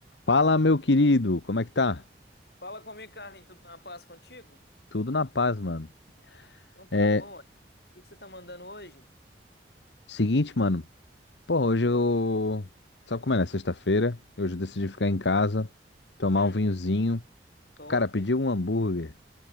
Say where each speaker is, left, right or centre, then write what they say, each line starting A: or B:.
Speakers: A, on the left; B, on the left.
A: Fala, meu querido, como é que tá?
B: Fala comigo, Carlinhos, tudo na paz contigo?
A: Tudo na paz, mano.
B: Então tá
A: É,
B: bom, ué. O que que você tá mandando hoje?
A: seguinte, mano. Pô, hoje eu. Sabe como é, né? Sexta-feira. Hoje eu decidi ficar em casa, tomar
B: Hum,
A: um vinhozinho.
B: top.
A: Cara, pedi um hambúrguer